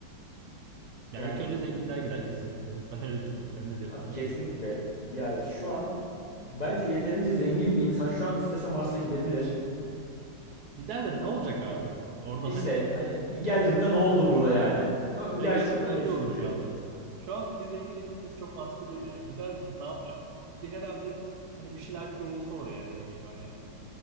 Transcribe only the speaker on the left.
Yani
abi
kesinlikle ya şu an bence yeterince zengin bir insan şu an istese Mars'a gidebilir.
İşte
hani geldim de ne oldu burada yani? Ö- Gerçekten
öyle
hissettiriyor.